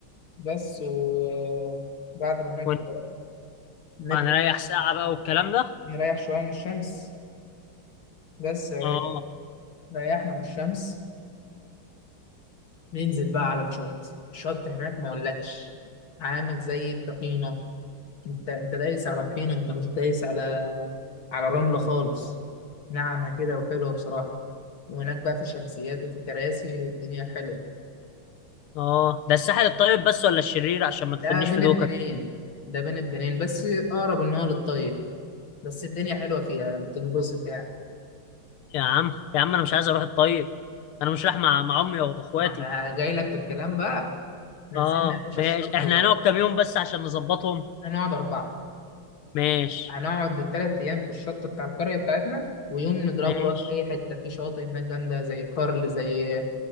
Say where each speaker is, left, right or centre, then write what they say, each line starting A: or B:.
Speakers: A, on the left; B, on the left.
A: بس وبعد ما ناكل
B: ون-
A: الغدا نبدأ
B: هنريح ساعة بقى والكلام ده
A: نريح شوية من الشمس بس يا راجل
B: اه
A: ريحنا من الشمس ننزل بقى على الشط الشط هناك ما أقولكش عامل زي الطحينة انت انت دايس على طحينه انت مش دايس على على رمله خالص ناعمه كده وحلوه بصراحه وهناك بقى في شمسيات وفي كراسي الدنيا حلوه
B: اه ده الساحل الطيب بس ولا الشرير عشان
A: ده
B: ما تاخدنيش
A: بين
B: في دوكا
A: البنين ده بين البنين بس اقرب ان هو للطيب بس الدنيا حلوه فيها تنبسط يعني
B: يا عم يا عم انا مش عايز اروح الطيب انا مش رايح مع مع امي واخواتي
A: ما جاي لك في الكلام بقى نزلنا
B: اه
A: يا باشا
B: ماشي
A: الشط
B: احنا
A: ورا
B: هنقعد كام يوم بس عشان نظبطهم
A: نقعد اربعه
B: ماشي
A: هنقعد التلات أيام في الشط بتاع القرية بتاعتنا ويوم نضربه
B: ماشي
A: بقى في أي حتة في شواطئ هناك جامدة زي كارل زي